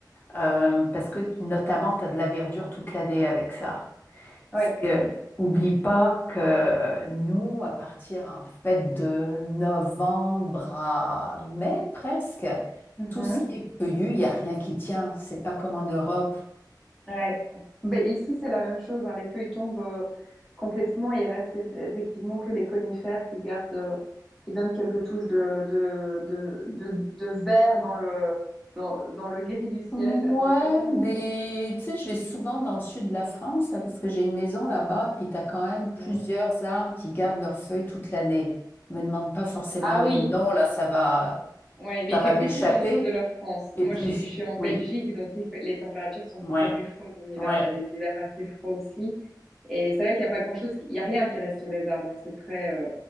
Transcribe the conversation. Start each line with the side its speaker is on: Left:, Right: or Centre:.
Left: euh, parce que notamment, tu as de la verdure toute l'année avec ça. Parce
Centre: Ouais.
Left: que, oublie pas que nous, à partir en fait de novembre à mai presque,
Centre: Mhm.
Left: tout ce qui est feuillu, il n'y a rien qui tient. C'est pas comme en Europe
Centre: Ouais. Ben, ici, c'est la même chose. hein. Les feuilles tombent euh, complètement et il reste eff- effectivement que les conifères qui gardent, euh, qui donnent quelques touches de, de, de, de, de vert dans le, dans, dans le gris du ciel.
Left: Ouais,
Centre: Mais sinon, il
Left: mais
Centre: y a...
Left: tu sais, je vais souvent dans le sud de la France, là, parce que j'ai une maison là-bas, puis t'as quand même
Centre: Mhm.
Left: plusieurs arbres qui gardent leurs feuilles toute l'année. Me demande pas forcément
Centre: Ah
Left: les
Centre: oui,
Left: noms, là, ça va,
Centre: ouais, mais
Left: ça
Centre: il
Left: va
Centre: fait plus
Left: m'échapper.
Centre: chaud dans le sud de la France.
Left: Et
Centre: Moi,
Left: puis,
Centre: je suis, je suis en
Left: oui,
Centre: Belgique, donc il fait- les températures sont beaucoup
Left: ouais,
Centre: plus froides en hiver.
Left: ouais.
Centre: On a des hivers assez froids aussi. Et c'est vrai qu'il n'y a pas grand-chose, qui- il n'y a rien qui reste sur les arbres. hein. C'est très, euh,